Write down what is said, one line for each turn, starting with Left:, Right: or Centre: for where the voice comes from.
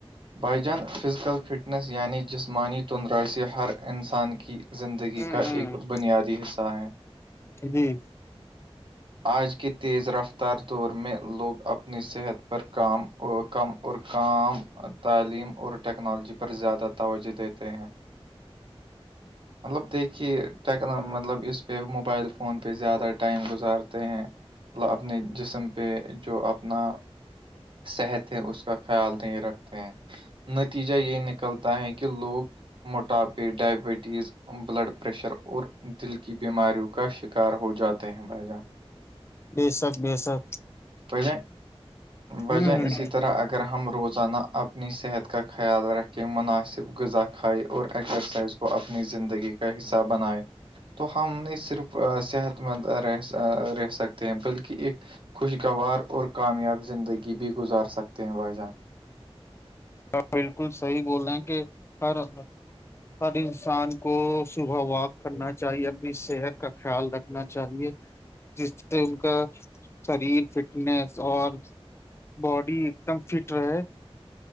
Right: بھائی جان فزیکل فٹنیس یعنی جسمانی تندریاسی ہر انسان کی زندگی
Left: ہوں
Right: کا ایک
Left: ہ
Right: بنیادی حصہ ہے
Left: جی
Right: آج کے تیز رفتار دور میں لوگ اپنی صحت پر کام کم اور کام تعلیم اور ٹیکنالوجی پر زیادہ توجہ دیتے ہیں مطلب دیکھی کہ ٹیکنا مطلب اس پہ موبائل فون پہ زیادہ ٹائم گزار تے ہیں اپنے جسم پہ جو اپنا صحت ہے اس کا خیال نہیں رکھتے ہیں نتیجہ یہ نکلتا ہے کہ لوگ موٹاپے ڈائبٹیز بلڈ پریشر اور دل کی بیماریوں کا شکار ہو جاتے ہیں بھائی جان
Left: بے شک بےشک
Right: بھائی جان بھائی
Left: ہ
Right: جان اسی طرح اگر ہم روزانہ اپنی صحت کا خیال رکھے مناسب غذا کھائے اور ایسرسائز کو اپنی زندگی کا حصہ بنائے تو ہم نے صرف صحت مند رہ رہ سکتے ہیں بلکہ ایک خوشگوار اور کامیاب زندگی بھی گزار سکتے ہیں بھایی جان
Left: آپ بالکل صحیح بول رہے ہیں کہ ہر ہر انسان کو صبح واک کرنا چاہیے اپنی صحت کا خیال رکھنا چاہیے جس سے ان کا شریر فٹنیس اور باڈی ایک دم فٹ رہے